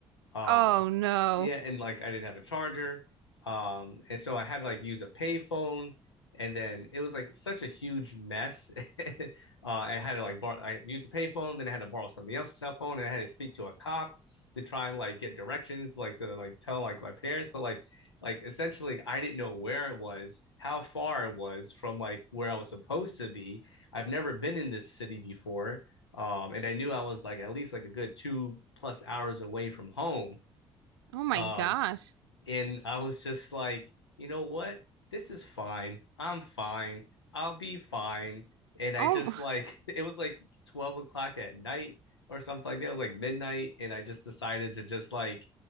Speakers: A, on the left; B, on the right.
A: um,
B: Oh no.
A: yeah, and like I didn't have a charger. Um, and so I had to like use a payphone, and then it was like such a huge mess. <laughs> uh, I had to like borrow. I used a payphone, then I had to borrow somebody else's cell phone, and I had to speak to a cop to try and like get directions, like to like tell like my parents, but like like essentially I didn't know where it was, how far it was from like where I was supposed to be. I've never been in this city before. Um, and I knew I was like at least like a good two plus hours away from home.
B: Oh my
A: Um,
B: gosh.
A: and I was just like, you know what? This is fine. I'm fine. I'll be fine. And I
B: Oh,
A: just like <laughs> it was like 12 o'clock at night or something like that. It was like midnight. And I just decided to just like